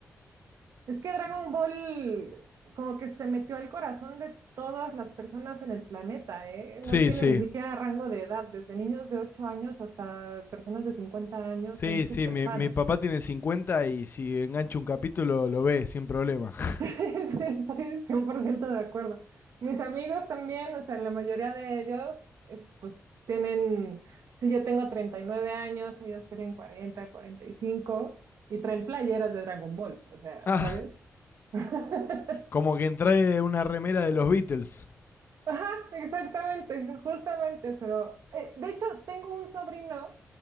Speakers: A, on the right (about 75°); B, on the left (about 40°).
A: Es que Dragon Ball como que se metió al corazón de todas las personas en el planeta, ¿eh?
B: Sí,
A: No tiene
B: sí.
A: ni siquiera rango de edad, desde niños de 8 años hasta personas de 50 años
B: Sí,
A: son súper
B: sí, mi,
A: fans.
B: mi papá tiene 50 y si engancha un capítulo lo ve sin problema. <laughs>
A: <laughs> Sí, Estoy 100% de acuerdo. Mis amigos también, o sea, la mayoría de ellos, eh, pues tienen, si yo tengo 39 años, ellos tienen 40, 45 y cinco y traen playeras de Dragon Ball, o sea,
B: Ah,
A: ¿sabes? <laughs>
B: como que entrae una remera de los Beatles.
A: Ajá, exactamente, justamente, pero eh, de hecho tengo un sobrino,